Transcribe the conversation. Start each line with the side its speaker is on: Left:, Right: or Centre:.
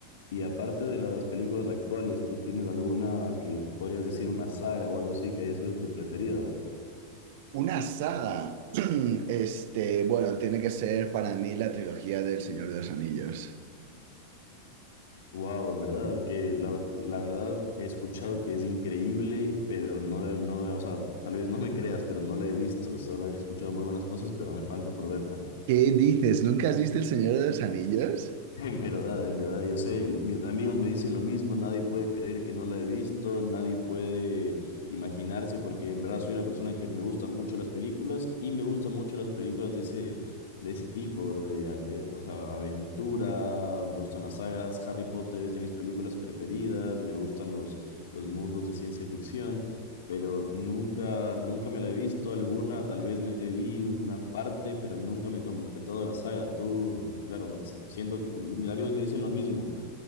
Left: Y aparte de las películas actuales, ¿tú tienes alguna que podrías decir una saga o algo así que haya sido tu preferida?
Right: Una saga. <clears throat> Este, bueno, tiene que ser para mí la trilogía del Señor de los Anillos.
Left: Wow, en verdad, que la, la verdad he escuchado que es increíble, pero no, no, o sea, tal vez no me creas, pero no la he visto. Solo he escuchado muy buenas cosas, pero me falta por verla.
Right: ¿Qué dices? ¿Nunca has visto El Señor de los Anillos?
Left: <laughs> En verdad, en verdad, yo sé, mis amigos me dicen lo mismo, nadie puede creer que no la he visto, nadie puede imaginarse, porque en verdad soy una persona que me gustan mucho las películas y me gustan mucho las películas de ese, de ese tipo, de, a- eh, o sea, aventura, me gustan las sagas, Harry Potter es de mis películas preferidas, me gustan los, los mundos de ciencia ficción pero nunca, nunca me la he visto alguna, tal vez me vi una parte, pero nunca me he completado la saga. Tú, claro, me- siento que mis amigos me dicen lo mismo.